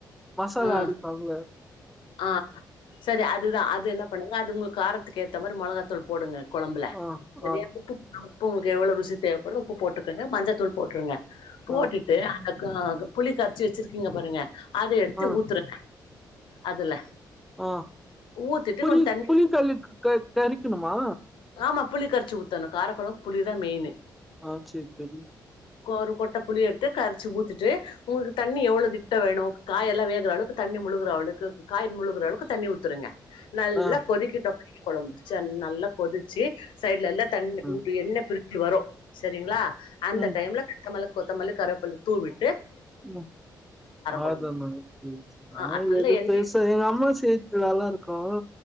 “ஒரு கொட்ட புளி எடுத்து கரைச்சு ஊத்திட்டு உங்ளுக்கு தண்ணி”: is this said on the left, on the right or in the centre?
Left